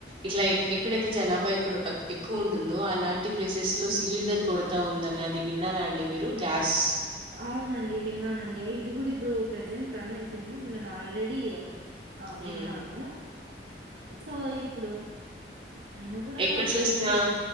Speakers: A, on the right (about 30°); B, on the right (about 60°).
A: ఇట్లా ఎక్కడైతే జనాభా ఎక్కడ ఎక్కువ ఉంటుందో అలాంటి ప్లేసెస్ లో సిలిండర్ కొడతా ఉందని అది విన్నారా అండి మీరు గ్యాస్
B: అవునండి విన్నానండి అయిది గూడ ఇప్పుడు ప్రజెంట్ రన్ అయితుంది నేన్ ఆల్రెడీ అ
A: ఉమ్
B: విన్నాను సో ఇప్పుడు ఆయన గూడా
A: ఎక్కడ్చూసిన
B: ప్రెజెంట్